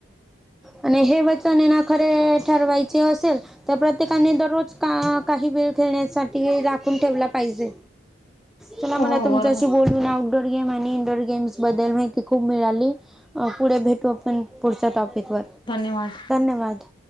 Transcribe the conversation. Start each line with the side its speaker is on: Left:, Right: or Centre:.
Centre: आणि हे वचन येना खरे ठरवायचे असेल तर प्रत्येकाने दररोज का काही वेळ खेळण्यासाठी राखून ठेवला पाहिजे. चला मला
Left: हो
Centre: तुमच्याशी
Left: बरोबर
Centre: बोलून आव डोर गेम आणि इंडोअर गेम्स बदल माहिती खूप मिळाली पुढे भेटू आपण पुढच्या टॉपिक वर
Left: धन्यवाद
Centre: धन्यवाद.